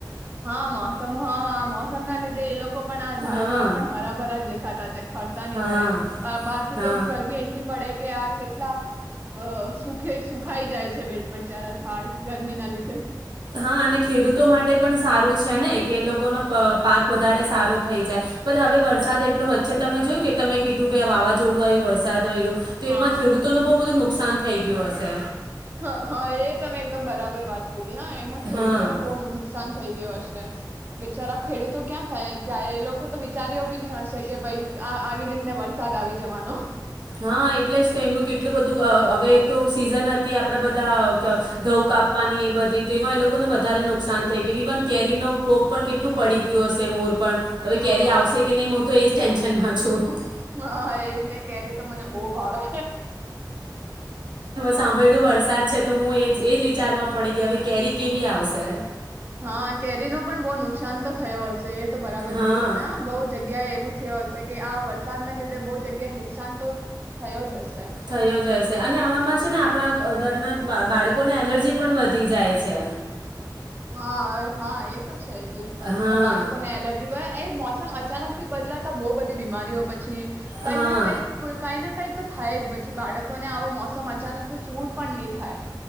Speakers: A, on the right; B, on the right.
A: હા મોસમ, હા મોસમ ના લીધે એ લોકો લોકો પણ આ જડકાઓ
B: હા
A: પણ હરાભરાે જ દેખાય છે. ખાધા ખરતા
B: હા
A: નહી મળે બાકી
B: હા
A: તો ગરમી એટલી પડે કે આ કેટલા સુખે સુખાઈ જાય છે બે બચારા ઝાડ ગરમી ના લીધે.
B: હા અને ખેડૂતો માટે પણ સારું છે, ને કે લોકોનો પાક વધારે સારો થઈ જાય, પણ હવે વરસાદ એટલો વચ્ચે તમે જોયું કે તમે કીધું કે વાવાઝોડું આવ્યું વરસાદ આવ્યું. તેમાં
A: હા
B: ખેડૂતો નું બહુ બધું નુકસાન નુકસાન થઈ ગયું હશે.
A: હ હા એ તમે એકદમ બરાબર વાત કીધી. હા એમાં ખેડૂતોને
B: હા
A: બહુ નુકસાન થઈ ગયયો હશે. બેિચારા ખેડૂતો ક્યાં થાય જાય એ લોકો તો વિચાર્યો બી નહી હશે કે ભાઈ આવી રીતને વરસાદ આવી જવાનો.
B: હા એટલે જ એમનું કેટલું બધું અ હવે તો સિઝન હતી આપણા બધા ઘઉં કાપવાની એ બધી તો એમાં એ લોકોને વધારે નુકસાન થઈ ગયું ઇવન કેરીનો પોગ પણ કેટલું પડી ગયું હશે મોર પણ હવે
A: હા
B: કેરી આવશે કે નહી હું તો એજ ટેન્શનમાં છું
A: હા એને કેરી તો મને બો ભાવે
B: સાંભળું વરસાદ છે તો હું એ એ જ વિચારમાં પડી ગય હવે કેરી કેવી આવશે
A: હા કેરી નો પણ બો નુકસાન તો થયો હશે એ તો બરાબર
B: હા
A: કીધું તમે અ બો જગ્યાએ એવું થયો હશે કે આ વરસાદ ન લીધે બો જગ્યા એ નુકશાન તો થયો જ હશે
B: થયો જ હશે અને આવામાં છે ને આપણા ઘરના બાળકોને એલર્જી પણ વધી જાય છે.
A: હા હા એ તો છે. થાઈ
B: હા
A: છે બાળકો ને એલર્જી એ અચાનક થી બદલાતા બઉુ બધી બીમારીઓ પછી કઈક
B: હા
A: ના કંઈક કઈ ના કઈ તો થાય જ પછી બાળક કોને આવો મોસમ અચાનક સૂટ પણ ની થાય.